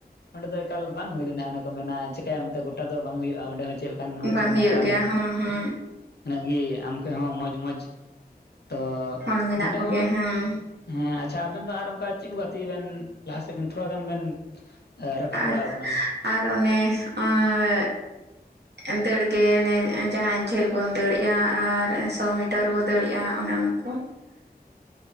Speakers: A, on the left; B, on the right.
A: ᱚᱸᱰᱮ ᱫᱚ ᱮᱠᱟᱞ ᱵᱟᱝ ᱦᱩᱭ ᱞᱮᱱᱟ ᱚᱱᱮ ᱠᱚ ᱢᱮᱱᱟ ᱪᱤᱠᱟᱭᱟ ᱜᱚᱴᱟ ᱫᱚ ᱵᱟᱝ ᱦᱩᱭᱩᱜᱼᱟ ᱚᱸᱰᱮ ᱦᱚᱸ ᱪᱮᱫ ᱚᱝᱠᱟᱱ ᱦᱚᱲ
B: ᱵᱟᱝ
A: ᱪᱚ ᱢᱮᱱᱟᱜ
B: ᱦᱩᱭᱩᱜ
A: ᱠᱚᱣᱟ
B: ᱜᱮᱭᱟ
A: ᱟᱨᱦᱚᱸ
B: ᱦᱩᱸ ᱦᱩᱸ
A: ᱤᱱᱟᱹᱜ ᱜᱮ ᱟᱢ ᱠᱷᱚᱡ ᱦᱚᱸ ᱢᱚᱡᱽ ᱢᱚᱡᱽ ᱛᱚ
B: ᱦᱚᱲ ᱢᱮᱱᱟᱜ
A: ᱚᱸᱰᱮ
B: ᱠᱚᱜᱮᱭᱟ
A: ᱦᱚᱸ
B: ᱦᱮᱸ
A: ᱦᱮᱸ ᱟᱪᱷᱟ ᱟᱵᱮᱱ ᱫᱚ ᱟᱨ ᱚᱝᱠᱟ ᱪᱮᱫ ᱠᱚ ᱜᱟᱛᱮ ᱵᱮᱱ ᱞᱟᱦᱟ ᱥᱮᱫ ᱵᱮᱱ ᱛᱷᱚᱲᱟ ᱜᱟᱱ ᱵᱮᱱ ᱨᱟᱠᱟᱵ
B: ᱟᱨ
A: ᱵᱟᱲᱟᱣ ᱟᱠᱟᱱᱟ
B: ᱟᱨ ᱚᱱᱮ ᱚᱸᱻ ᱩᱸᱜ ᱫᱟᱹᱲ ᱜᱮ ᱚᱱᱮ ᱡᱟᱦᱟᱸᱭ ᱡᱷᱟᱹᱞ ᱵᱚᱱ ᱫᱟᱹᱲᱮᱜᱼᱟ ᱟᱨ ᱥᱚ ᱢᱤᱴᱟᱹᱨ ᱵᱚᱱ ᱫᱟᱹᱲᱮᱜᱼᱟ ᱚᱱᱮ ᱚᱱᱟ ᱠᱚ